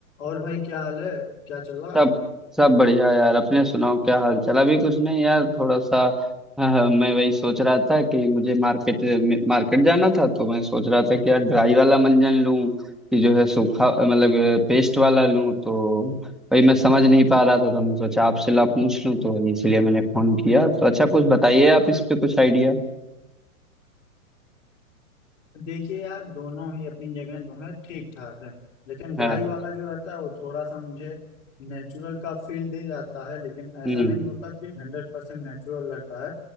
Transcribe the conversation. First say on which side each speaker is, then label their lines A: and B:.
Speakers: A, on the left; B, in the centre.
A: और भाई क्या हाल है क्या चल रहा
B: सब सब बढ़िया यार अपने सुनाओ क्या हाल चाल अभी कुछ नहीं यार थोड़ा सा हाँ, मैं वही सोच रहा था कि मुझे मार्केट मार्केट जाना था तो मैं सोच रहा था कि यार ड्राई वाला मंजन लूं कि जो है सूखा मतलब पेस्ट वाला लूं तो वही मैं समझ नहीं पा रहा था तो मैं सोचा आपसे ला पूछ लूं तो वही इसलिए मैंने फोन किया तो अच्छा कुछ बताइए आप इस पे कुछ आइडिया
A: देखिए यार दोनों ही अपनी जगह दोनों ठीक ठाक है लेकिन ड्राई
B: है
A: वाला जो रहता है वो थोड़ा सा मुझे नेचुरल का फील दे जाता है लेकिन ऐसा
B: हम्म
A: नहीं होता कि हंड्रेड परसेंट नेचुरल रहता है